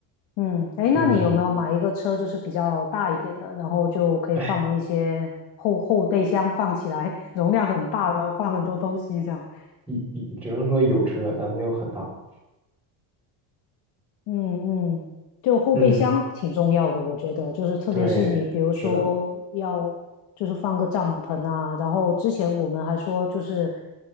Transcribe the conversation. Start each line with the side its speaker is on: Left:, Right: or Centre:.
Left: 嗯，哎，
Centre: 嗯。
Left: 那你有没有买一个车，就是比较大一点的，然后就可以放一些后后备箱放起来，
Centre: 哎
Left: 容量很大，然后放很多东西这样？
Centre: 一一只能说有车，但没有很大。
Left: 嗯嗯，就后备箱挺重要的，
Centre: 嗯，
Left: 我觉得，就是特别是你比如说要就是放个帐篷啊，
Centre: 对，是的，
Left: 然后之前我们还说就是，